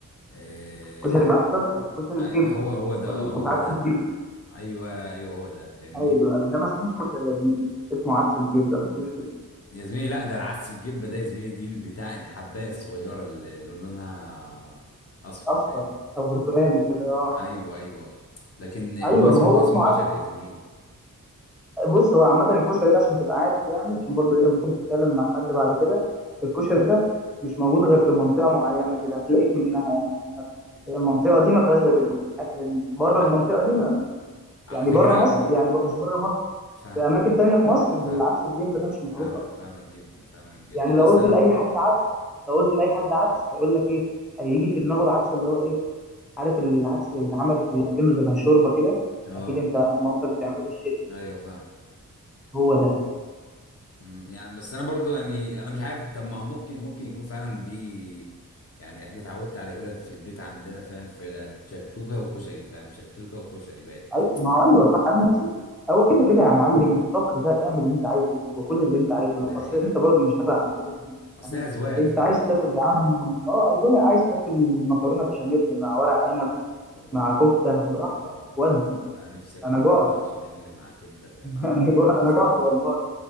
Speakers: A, on the left; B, in the centre.
A: آه،
B: كشري بعدس اصفر كشري
A: أي-
B: بجبه
A: هو هو ده
B: ولا
A: اه
B: كنت
A: هو
B: عدس
A: ده
B: بجبه
A: ايوه ايوه هو ده فاهمني
B: ايوه ده ما اسموش كشري يا زميلي اسمه عدس بجبه ما اسموش كشري
A: يا زميلي لا ده العدس الجبه ده يا زميلي دي بتاع الحبايه الصغيره اللي اللي لونها اصفر
B: اصفر
A: فاهمني
B: او برتقالي كده اه
A: ايوه ايوه لكن هو
B: ايوه
A: اسمه
B: ما هو
A: اسمه
B: اسمه
A: كشري
B: عدس
A: يا زميلي
B: بص هو عامة الكشري ده عشان تبقى عارف يعني عشان برضو
A: مم.
B: ايه لما تيجي تتكلم مع حد بعد كده الكشري ده مش موجود غير في منطقة معينة كده هتلاقيك منها يعني عامة هي المنطقة دي ما فيهاش غير الأكلة دي بره
A: ع-
B: المنطقة دي ما
A: على
B: يعني
A: فكره
B: بره مصر يعني ب- مش بره مصر
A: فاهم
B: في أماكن تانية في مصر
A: فاهم
B: العدس بجبلة ده مش معروف
A: فاهمك
B: أصلا
A: فاهمك جدا فاهمك جدا
B: يعني
A: بس
B: لو قلت
A: انا
B: لأي حد عدس لو قلت لأي حد عدس هيقول لك إيه هيجي في دماغه العدس اللي هو إيه عارف العدس اللي بيتعمل في أكنه زي شوربة كده
A: اه
B: أكيد أنت مامتك بتعمله في الشتاء
A: ايوه فاهم
B: هو ده
A: مم، يعني بس انا برضو يعني انا مش عارف طب ما هو ممكن ممكن يكون فعلا دي يعني احنا اتعودت على كده في البيت عندنا فاهم في ده شكشوكه وكشري فاهم شكشوكه وكشري بقت
B: ايوه ما هو ايوه صح انا نسيت هو كده كده يا معلم الطبخ ده اعمل اللي انت عايزه وكل اللي انت عايزه
A: ده
B: اصل
A: حقيقه
B: انت برضه مش هتاكل عن كده،
A: اصل
B: فاهم
A: هي اذواق
B: انت
A: فاهم
B: عايز تاكل يا عم اه اذواق عايز تاكل مكرونه بشاميل مع ورق عنب
A: الله
B: مع كفته براحتك
A: الله
B: ودي
A: الله انا نفسي اكل
B: انا
A: مكرونه
B: جعت
A: بشاميل مع كبده في
B: <laughs>
A: مع
B: انا جوع
A: كفته
B: انا جعت
A: قصدي
B: والله